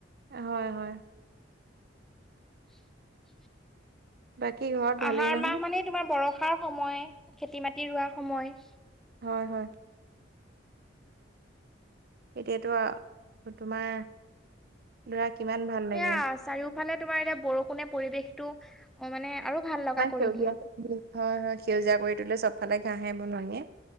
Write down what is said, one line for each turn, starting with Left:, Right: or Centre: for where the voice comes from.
Right: হয় হয়।
Centre: <unintelligible>
Right: বাকী ঘৰত ভালেই
Centre: আহাৰ
Right: নহয়?
Centre: মাহ মানে তোমাৰ বৰষাৰ সময় খেতি মাটি ৰোৱাৰ সময়।
Right: হয় হয়। এতিয়াতো, তোমাৰ- ধৰা কিমান- ভাল
Centre: সেয়া
Right: লাগে।
Centre: চাৰিওফালে তোমাৰ এতিয়া বৰষুণে পৰিৱেশতো, অ মানে আৰু ভাল- লগা
Right: ইমান
Centre: কৰি
Right: সেউজীয়া,
Centre: দিয়ে
Right: হয় হয় সেউজীয়া কৰি তলে চবফালে ঘাঁহে বননিয়ে।